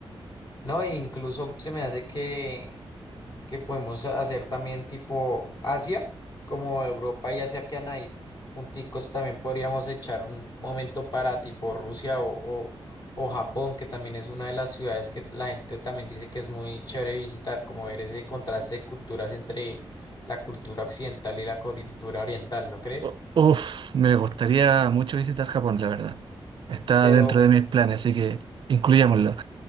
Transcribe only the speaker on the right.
U- Uf, me gustaría mucho visitar Japón, la verdad. Está
dentro de mis planes, así que incluyámoslo.